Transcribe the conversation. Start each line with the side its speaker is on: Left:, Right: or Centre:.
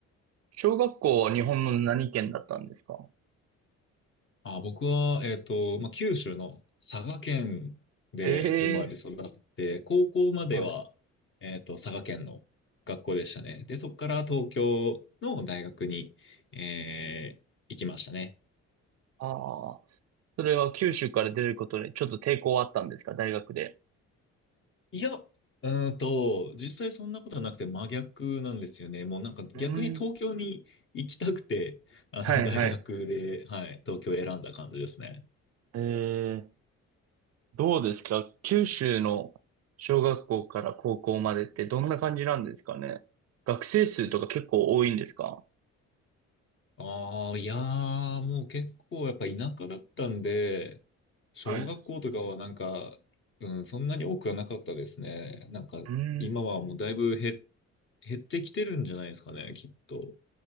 Right: 小学校は日本の何県だったんですか
Left: あ、僕は、えっと、まあ、九州の佐賀県で生まれ育って、
Right: へえ。
Left: 高校までは、
Right: はい。
Left: えっと、佐賀県の学校でしたね。で、そこから東京の大学に、えー行きましたね。
Right: ああ。それは九州から出ることでちょっと抵抗あったんですか、大学で。
Left: いや、うーんと、実際そんなことはなくて真逆なんですよね。もうなんか逆に東京に行きたくて、
Right: うーん。
Left: あの大学で、
Right: はいはい。
Left: はい、東京を選んだ感じですね。
Right: ええ。どうですか九州の小学校から高校までってどんな感じなんですかね。学生数とか結構多いんですか
Left: ああ、いやー、もう結構やっぱ田舎だったんで、小学校とかはなんか、
Right: はい。う
Left: うん、そんなに多くはなかったですね。なんか今はもうだいぶ減っ、
Right: ーん。
Left: 減ってきてるんじゃないですかね、きっと。